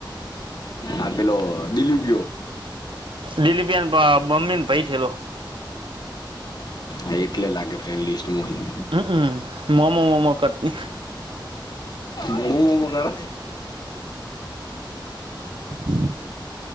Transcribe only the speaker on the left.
આપ પેલો દિલીપ.
આ એટલે લાગે ફ્રેન્ડ લિસ્ટમાંહી.
મોમમો કર?